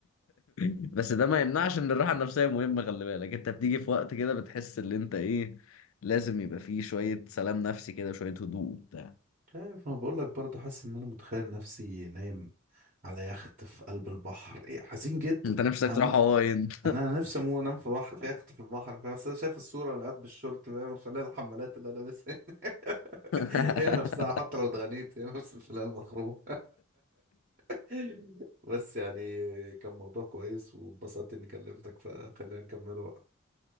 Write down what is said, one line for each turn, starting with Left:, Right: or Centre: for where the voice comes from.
Left: بس ده ما يمنعش ان الراحه النفسيه مهمه خلي بالك انت بتيجي في وقت كده بتحس ان انت ايه لازم يبقى فيه شويه سلام نفسي كده شويه هدوء وبتاع
Right: مش عارف انا بقول لك برضه حاسس ان انا متخيل نفسي نايم على يخت في قلب البحر إيه، حزين جدا
Left: انت نفسك
Right: همو
Left: تروح هواي انت
Right: انا نفسي اموت انام في بحر في يخت في البحر بس انا شايف الصوره وانا قاعد بالشورت فاهم فلاقي الحمالات اللي انا لابسها
Left: <laughs>
Right: <laughs> هي نفسها حتى لو اتغنيت هي نفس الفلاقه المخرومه <laughs> بس يعني كان موضوع كويس واتبسطت اني كلمتك فخلينا نكمله بقى